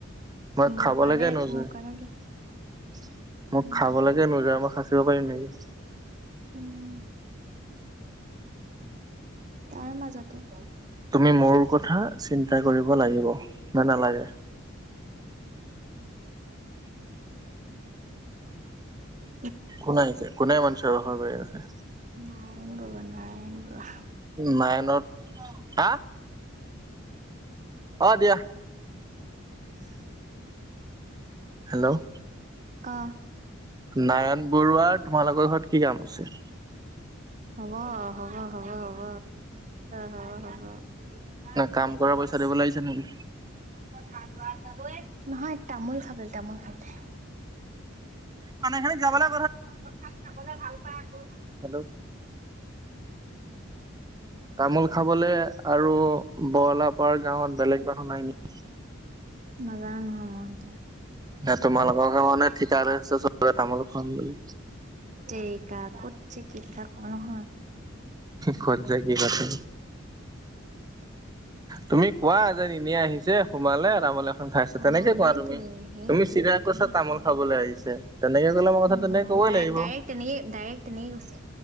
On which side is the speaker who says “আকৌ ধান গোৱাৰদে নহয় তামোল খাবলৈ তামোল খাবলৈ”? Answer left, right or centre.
Right